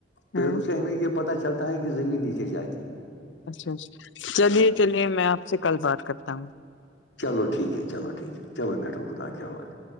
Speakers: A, on the left; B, on the left.
A: ہاں
B: پیروں سے ہمیں یہ پتا چلتا ہے کہ زمین نیچے جاتی
A: اچھاچ چلیے
B: ہاں
A: چلیے میں آپ سے کل بات کرتا ہوں
B: چلو ٹھیک ہے چلو ٹھیک ہے چلو بیٹھو خدا کے حال ہے